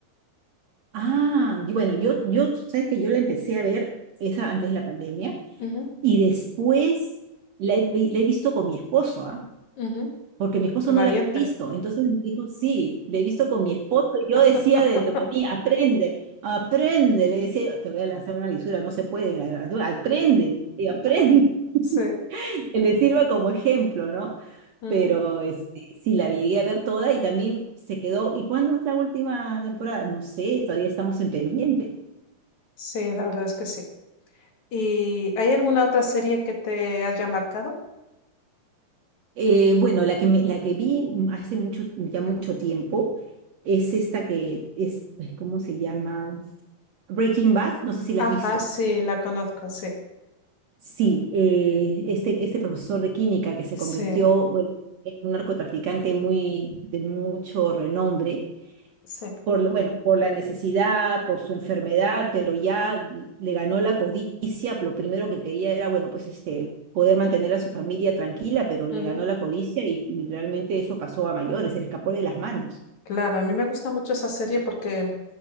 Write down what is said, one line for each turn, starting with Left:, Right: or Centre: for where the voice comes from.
Right: Ah, y bueno, yo, yo, tú sabes que yo la empecé a ver esa antes de la pandemia
Left: Ujú,
Right: y después la he, vi- la he visto con mi esposo, ¿ah?
Left: ujú.
Right: porque mi esposo
Left: Valiente.
Right: no la había visto. Entonces me dijo, sí, le he visto con mi esposo. Y yo decía
Left: <laughs>
Right: dentro de mí, aprende, aprende. Le decía, yo, te voy a lanzar una lisura, no se puede en la literatura, aprende, y aprende,
Left: Sí,
Right: <laughs> que le sirva como ejemplo, ¿no?
Left: ujú.
Right: Pero este, sí, la llegué a ver toda y también se quedó. ¿Y cuándo es la última temporada? No sé, todavía estamos en pendiente.
Left: Sí, la verdad es que sí. ¿Y hay alguna otra serie que te haya marcado?
Right: Eh, bueno, la que, me- la que vi hace mucho, ya mucho tiempo es esta que es, ay, ¿cómo se llama? Breaking Bad, no sé si la
Left: Ajá,
Right: has visto.
Left: sí, la conozco, sí,
Right: Sí, eh, este, este profesor de química que se
Left: sí,
Right: convirtió, bueno, en un narcotraficante muy, de mucho renombre
Left: sí.
Right: por, bueno, por la necesidad, por su enfermedad, pero ya le ganó la codicia, lo primero que quería era, bueno, pues este, poder mantener a su familia tranquila, pero
Left: ujú.
Right: le ganó la codicia y, y realmente eso pasó a mayores, se le escapó de las manos.
Left: Claro, a mí me gusta mucho esa serie porque